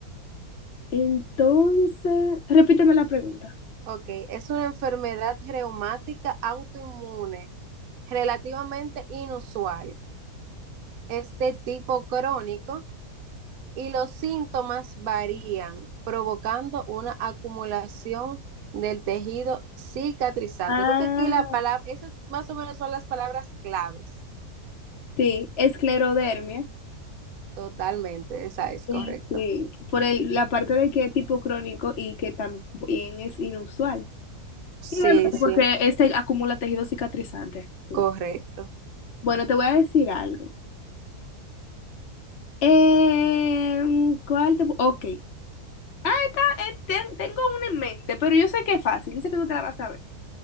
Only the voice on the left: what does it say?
Entonces, repíteme la pregunta.
Ah,
Sí, esclerodermia.
Sí,
sí, por el, la parte de que es tipo crónico y que también es inusual.
Y bueno,
porque este acumula tejido cicatrizante. Sí.
Bueno, te voy a decir algo. Em, ¿cuál te... pu- Ok. Ah, esta, eh, ten- tengo una en mente, pero yo sé que es fácil, yo sé que tú te la vas a ver.